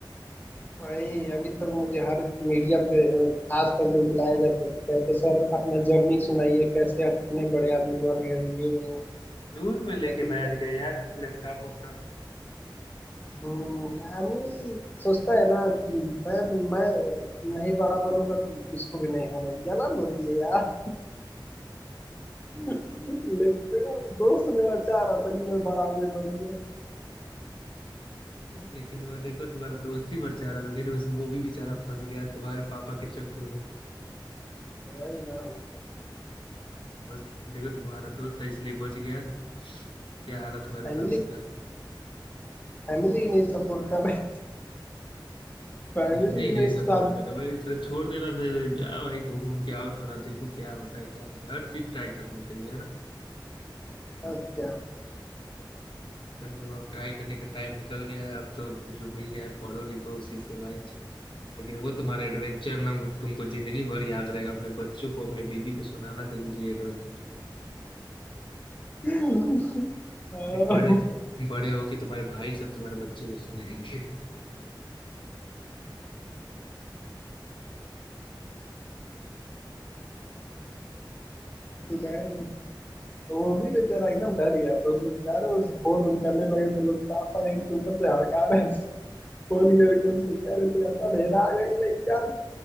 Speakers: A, on the left; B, on the left.
A: भाई अभी तक मुझे हर मीडिया पे अ, आज तक भी बुलाया जाता है कहते सर अपना जर्नी सुनाइए कैसे आप इतने बड़े आदमी बन गए ये वो
B: झूठ में लेके
A: लेकिन
B: बैठ
A: क्या
B: गए यार लैपटॉप वैपटॉप
A: हम्म, आदमी सोचता है ना कि मैं मैं नहीं बड़ा बनूंगा तो किसको भी नहीं होने जलन होती है यार लेकिन देखो, दोस्त मेरा चाह रहा था कि मैं बड़ा आदमी बन जाए
B: <laughs> लेकिन वो देखो तुम्हारा दोस्त ही बचा रहा था फिर उस वो भी बेचारा फंस गया तुम्हारे पापा के चक्कर में
A: वही ना
B: बस देखो तुम्हारा दोस्त है इसलिए बच गया क्या हालत हुआ रहता
A: फैमिली
B: उसका
A: फैमिली नहीं सपोर्ट कर रही फैमिली
B: फैमिली नहीं
A: नहीं
B: सपोर्ट
A: साथ
B: कर रहा भाई तो छोड़ देना था जा भाई घूम घूम के आओ थोड़ा देखो क्या होता है क्या नहीं हर चीज ट्राई करना चाहिए है ना
A: अब क्या
B: तो अब ट्राई करने का टाइम निकल गया है अब तो जो मिल गया है पढ़ो लिखो उसी से भाई लेकिन वो तुम्हारा एडवेंचर ना मुझ- तुमको जिंदगी भर याद रहेगा अपने बच्चों को अपने बीवी को सुनाना जरूरी है एडवेंचर
A: <laughs>
B: फिर
A: अ,
B: बड़े बड़े हो के तुम्हारे भाई सब तुम्हारे बच्चे को सुनाएंगे
A: तो वो भी बेचारा एकदम डर गया तो उसको क्या रहे उस फोन ऑन करने लगे थे लोग पापा एक के ऊपर से हड़का रहे थे, फोन करके उसको कह रहे थे ऐसा अंधेरा आ गया नहीं क्या